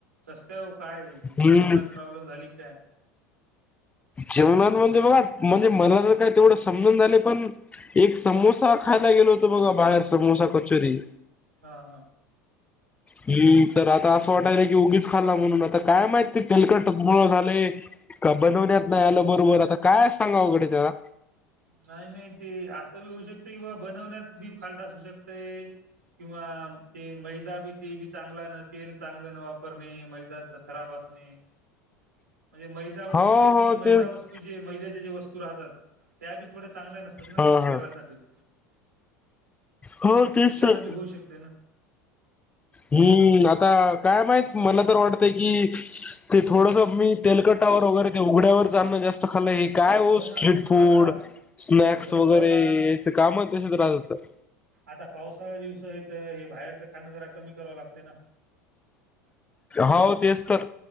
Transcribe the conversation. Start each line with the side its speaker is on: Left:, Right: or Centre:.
Right: कसं काय हो काय जेवणात
Left: हम्म
Right: प्रॉब्लेम झाली का काय?
Left: जेवणामध्ये बघा म्हणजे मला तर काय तेवढं समजना झालेय पण, एक समोसा खायला गेलो होतो बघा बाहेर समोसा, कचोरी.
Right: हा हा
Left: हम् तर आता असं वाटायलंय की उगीच खाल्ला म्हणून आता काय माहित तेलकटमुळं झालंय, का बनवण्यात नाही आलं बरोबर आता काय सांगावं अवघड आहे ते जरा.
Right: नाही नाही ते असं बी होऊ शकतंय की बाबा बनवण्यात बी फाल्ट असू शकतंय. किंवा ते मैदा बी ते बी चांगला नसेल तेल चांगलं न वापरणे मैदा खराब असणे. म्हणजे मैदा
Left: हो
Right: वस्तूच्या बी
Left: हो
Right: मैदा
Left: तेच
Right: वस्तू जे मैद्याच्या जे वस्तू राहतात. त्या बी थोड्या चांगल्या नसतात ना
Left: हा हा
Right: शरीरासाठी.
Left: हो
Right: त्यांच्यान
Left: तेच सर
Right: बी होऊ शकते ना.
Left: हम्म आता काय माहित मला तर वाटतंय की, ते थोडस मी तेलकटावर वगैरे ते उघड्यावर अन्न जास्त खालंय, काय ओ
Right: हो ना
Left: स्ट्रीट फूड
Right: आता
Left: स्नॅक्स
Right: जसं
Left: वगैरे
Right: कसं आता
Left: याचं कामच तशीच राहतात.
Right: आता पावसाळ्या दिवसात हित ते बाहेरचं खाणं जरा कमी करावं लागतं ना.
Left: हा वो तेच तर.